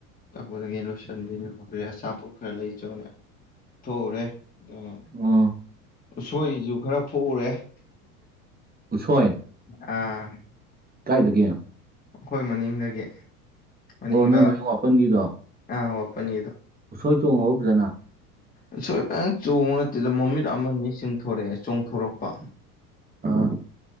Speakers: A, on the left; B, on the right.
A: ꯇꯧꯕꯗꯒꯤ ꯂꯣꯏꯁꯤꯟꯕꯤꯔꯦ ꯈꯣꯠꯄꯤꯔꯦ ꯑꯆꯥꯄꯣꯠ ꯈꯔ ꯂꯩꯆꯣꯅ ꯊꯣꯛꯎꯔꯦ ꯑꯣ
B: ꯑꯣ
A: ꯎꯁꯣꯏꯁꯨ ꯈꯔ ꯊꯣꯛꯎꯔꯦ <inaudible>
B: ꯎꯁꯣꯏ
A: ꯑꯥ
B: ꯀꯥꯏꯗꯒꯤ
A: ꯑꯩꯈꯣꯏ ꯃꯅꯤꯡꯗꯒꯤ ꯃꯅꯤꯡꯗ
B: ꯑꯣ ꯅꯣꯏ ꯃꯅꯤꯡ ꯋꯥꯄꯟꯒꯤꯗꯣ
A: ꯑꯥ ꯋꯥꯠꯄꯟꯒꯤꯗꯣ
B: ꯍꯣꯏ ꯇꯣꯡꯍꯧꯗ꯭ꯔꯦꯅ
A: ꯎꯁꯣꯏ ꯐꯖꯟ ꯆꯣꯡꯕ ꯅꯠꯇꯦꯗ ꯃꯃꯤꯠ ꯑꯃꯅꯤ ꯆꯤꯡꯊꯣꯔꯛꯑꯦ ꯆꯣꯡꯊꯣꯔꯛꯄ
B: ꯑꯥ